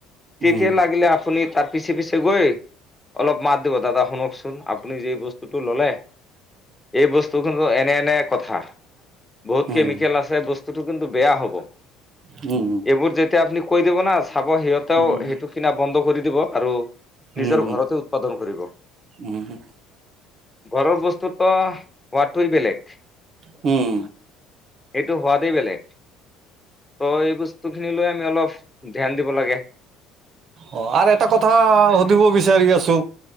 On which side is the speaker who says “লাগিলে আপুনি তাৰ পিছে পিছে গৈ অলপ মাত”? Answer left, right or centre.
Left